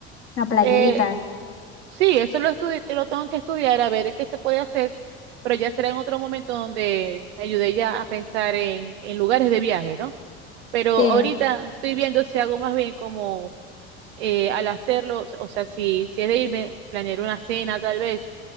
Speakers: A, on the left (about 40°); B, on the right (about 75°).
A: una playita?
B: Eh, sí, eso lo estudi- lo tengo que estudiar a ver qué se puede hacer, pero ya será en otro momento donde me ayude ya a pensar en, en lugares de viaje, ¿no? Pero
A: Sí.
B: ahorita estoy viendo si hago más bien como eh, al hacerlo, o sea, si, si es de irme, planear una cena tal vez